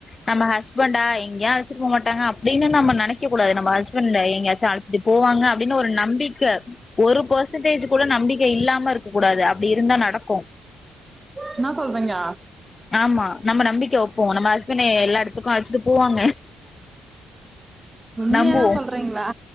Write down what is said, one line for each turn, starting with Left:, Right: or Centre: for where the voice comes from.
Left: நம்ம ஹஸ்பண்டா எங்கயா ச்சு போ மாட்டாங்க அப்டின்னு நம்ம நனைக் க கூடாது நம்ம ஹஸ்பண்ட் எங்கயாச்சு அழச்சிட்டு போவாங்க அப்படின்னு ஒரு நம்பிக்க ஒரு பெர்சன்டேஜ் கூட நம்பிக் இல்லாம இருக்க கூடாது அப்டி இருந்தா நடக்
Right: என்னா சொல்ரிங்க
Left: ஆமா நம்ம நம்பிக்கை ஒப்போமக்ஷ நம்ம ஹஸ்பண்ட் எல்லா எடத்துக்கு அழச்சுட்டு போவாங்க
Right: உண்மையாதா
Left: நம்புவோ
Right: சொல்றீங்களா